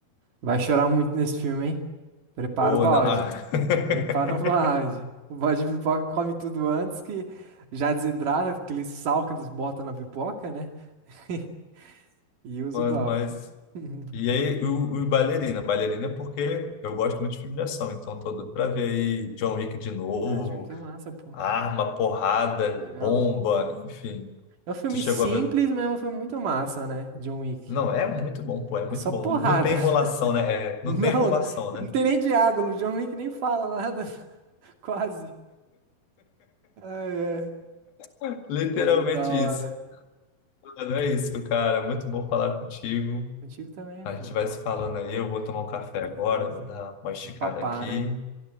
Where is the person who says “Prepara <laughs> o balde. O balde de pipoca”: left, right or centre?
Right